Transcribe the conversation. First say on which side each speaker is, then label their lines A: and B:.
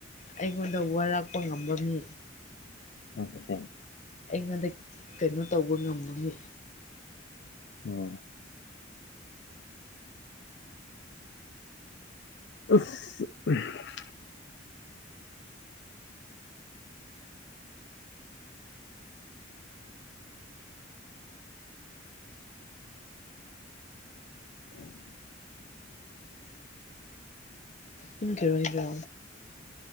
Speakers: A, on the left; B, on the left.
A: ꯑꯩꯉꯣꯟꯗ ꯋꯥꯔꯛꯄ ꯉꯝꯕ ꯃꯤ
B: ꯅꯪꯁꯦ
A: ꯑꯩꯉꯣꯟꯗ ꯀꯩꯅꯣ ꯇꯧꯕ ꯉꯕꯒꯤ
B: ꯑꯣ <unintelligible> <unintelligible>
A: ꯇꯨꯝꯒꯤꯔꯣꯏꯗ꯭ꯔꯣ